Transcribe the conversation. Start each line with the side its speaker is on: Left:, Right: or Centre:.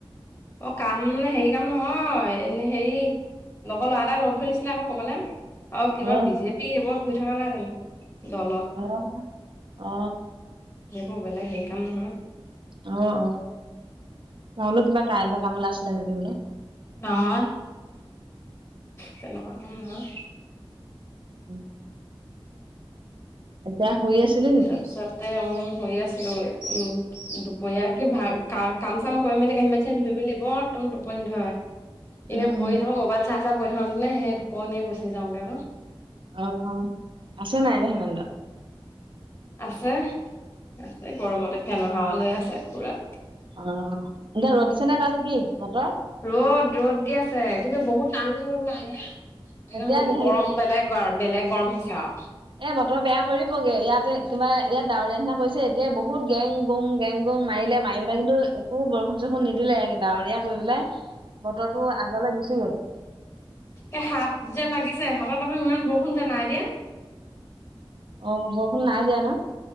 Left: অ কাম নে হেৰি কাম নহয় এনে হেৰি লগৰ ল'ৰা এটা লগ ধৰি নিছিলে আকৌ কবালে। আৰু কিবা
Right: অ
Left: বিজেপি সেইবোৰত গৈ থকা নাই জানো। দলত
Right: আহ আ।
Left: ইেইবোৰ বেলেগ সেইৰি কাম নহয়।
Right: অ-অ। মই বোলো কিবা কাৰেণ্টৰ কাম ওলাই আছিলে নেকি বুলি।
Left: নহয়। তেনেকুৱা কাম নহয়।
Right: উ। এতিয়া আছিলি নেকি
Left: তাৰপিছতে অ ধুই আছিলো। উম দুপৰীয়া কি ভাত খাই, কাম-চাম কৰি মেলি কাঁহী-বাতি ধুই মেলি বৰ উ টোপনি ধৰে।
Right: উম
Left: এনেই পঢ়ি থাকোঁ, মোবাইল চাই চাই পঢ়ি থাকোঁতে সেই টোপনিয়ে গুচি যাওঁগে আকৌ।
Right: অহ-অহ। আছে নে নাই এনে হেমেন দা?
Left: আছে। আছে গৰমতে ফেনৰ হাৱা লৈ আছে পুৰা।
Right: অ, এতিয়া ৰদ দিছে নে তাতো কি বতৰ?
Left: ৰ'দ-ৰ'দ দি আছে কিন্তু বহুত টান গৰম নাই। একদম
Right: এতিয়া হেৰি
Left: গৰম বেলেগ। বেলেগ গৰম হৈছে আও।
Right: এ বতৰ বেয়া কৰিবগে। ইয়াতে কিবা ইয়াত ডাৱৰীয়া নিচিনা কৰিছে এতিয়া বহুত গেং গুং গেং গুং মাৰিলে, মাৰি পেলাই কিন্তু একো বৰষুণ চৰষুণ নিদিলে একে ডাৱৰিয়া কৰি পেলাই বতৰটো আগলে গুচি গল।
Left: এ হাত যে লাগিছে হাতত আকৌ ইমান বৰষুণ যে নাই দিয়া?
Right: অ বৰষুণ নাই দিয়া ন?